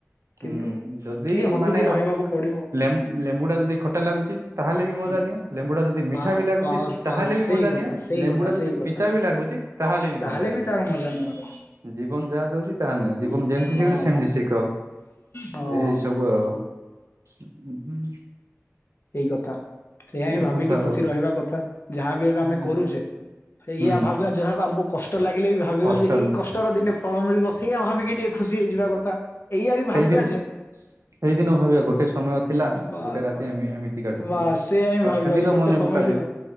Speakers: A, on the left; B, on the right.
A: କିନ୍ତୁ
B: ହୁଁ ଯଦି
A: ଟିକେ ହସିକି
B: ମାନେ
A: ରହିବାକୁ
B: ଆପ
A: ପଡିବ
B: ଲେମ୍ବୁ ଟା ଯଦି ଖଟା ଲାଗୁଛି ତାହେଲେ ବି ମଜା
A: ହୁଁ।
B: ନିଅ ଲେମ୍ବୁ ଟା ଯଦି ମିଠା
A: ବାସ୍
B: ବି ଲାଗୁଛି
A: ବାସ୍
B: ତାହେଲେ
A: ବାସ୍
B: ବି
A: ସେଇ
B: ମଜା
A: କଥା
B: ନିଅ
A: ସେଇ
B: ଲେମ୍ବୁ
A: କଥା
B: ଟା ଯଦି
A: ସେଇ କଥା
B: ପିତା ବି ଲାଗୁଛି ତାହଲେ ବି
A: ତାହେଲେ
B: ମଜା ନିଅ ।
A: ତାର ମଜା ନେବାର ଅଛି
B: ଜୀବନ ଯାହା ଦଉଛି ତାହା ନିଅ ଜୀବନ ଯେମିତି
A: ହଁ
B: ଶିଖୁରି ସେମତି
A: ହଁ
B: ଶିଖ
A: ହଁ
B: ଏଇ ସବୁ ଆଉ। <unintelligible> ହୁଁ <unintelligible>
A: ଏଇ କଥା ସେଇୟା ହିଁ
B: ଏଇ
A: ଭାବିକି
B: କଥା
A: ଖୁସି
B: ଆଉ
A: ରହିବା କଥା ଯାହାବି ଏବେ
B: ହୁଁ
A: ଆମେ କରୁଚେ ସେଇୟଆ
B: ହୁଁ
A: ଭାବିବା ଯହା ଆମକୁ କଷ୍ଟ କଷ୍ଟ ଲାଗିଲେ ବି ଭାବିବ
B: କଷ୍ଟ
A: ଯେ
B: ହେଲା।
A: ଏଇ କଷ୍ଟର ଦିନେ ଫଳ ମିଳିବ । ସେଇଆ ଭାବିକି କିଏ ଟିକେ ଖୁସି ହେଇଯିବା କଥା? ଏଇଆ
B: ସେଇଦିନଟି
A: ବି ଭାବିବା ଯେ
B: ସେଇଦିନ ଭାବିବା ଗୋଟେ ସମୟ ଥିଲା
A: ବାସ୍
B: ଗୋଟେ ରାତି
A: ବାସ୍
B: ଆମେ
A: ବାସ୍
B: ଏମିତି କାଟୁଥିଲୁ
A: ସେଆ ହଁ ଭାବିବା
B: ସେଦିନ
A: ଯେ ଗୋଟେ
B: ମନେ
A: ସମୟ
B: ପକାଯିବ
A: ଥିଲା